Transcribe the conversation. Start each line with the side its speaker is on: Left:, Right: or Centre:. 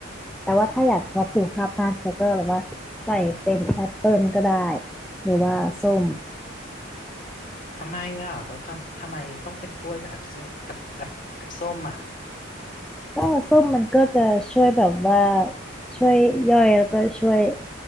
Centre: แต่ว่าถ้าอยากวัดสุขภาพมากเธอก็แบบว่าใส่เป็นแอปเปิลก็ได้หรือว่าส้ม
Left: ทำไมอ่ะแล้วทำทำไมต้องเป็นกล้วยกับแอปส้มกับแบบกับส้มอ่ะ
Centre: ก็ส้มมันก็จะช่วยแบบว่าช่วยย่อยแล้วก็ช่วย